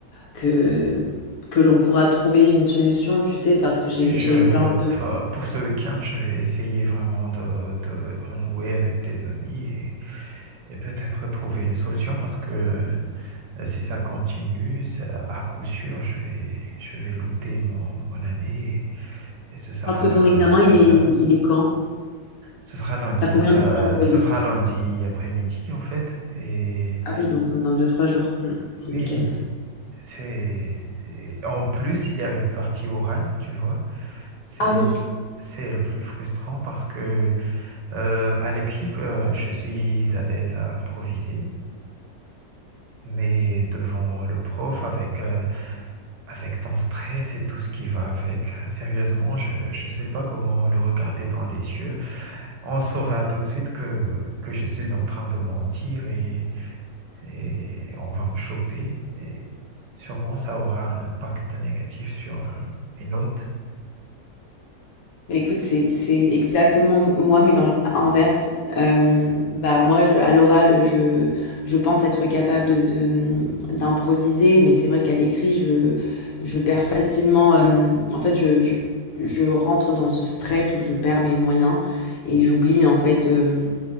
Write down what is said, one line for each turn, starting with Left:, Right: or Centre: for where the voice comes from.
Left: que, que l'on pourra trouver une solution, tu sais, parce que j'ai,
Right: Oui, je,
Left: j'ai eu plein de...
Right: pour, pour ce week-end, je vais essayer vraiment de, de renouer avec tes amis et, et peut-être trouver une solution parce que euh, si ça continue, ça- à coup sûr, je vais, je vais louper mon, mon année et, et ce sera
Left: Parce que
Right: la
Left: ton examen, il
Right: cata.
Left: est, il est quand?
Right: Ce sera lundi,
Left: T'as combien
Right: ça-
Left: de temps pour réviser?
Right: ce sera lundi après-midi en fait. Et
Left: Ah oui, donc dans deux, trois jours, mm, le
Right: oui,
Left: week-end.
Right: c'est et en plus il y a une partie orale, tu vois. C'est
Left: Ah oui.
Right: c'est le plus frustrant parce que euh, à l'écrit, euh, je suis à l'aise à improviser, Mais devant le prof, avec, euh, avec ton stress et tout ce qui va avec, euh, sérieusement, je ne sais pas comment le regarder dans les yeux. On saura tout de suite que, que je suis en train de mentir et, et on va me choper. Et sûrement, ça aura un impact négatif sur euh, mes notes.
Left: Mais écoute, c'est c'est exactement moi, mais dans le cas inverse. Euh, bah moi, à l'oral, je je pense être capable de de- d'improviser, mais c'est vrai qu'à l'écrit, je je perds facilement. euh, en fait, je, je je rentre dans ce stress où je perds mes moyens et j'oublie en fait euh,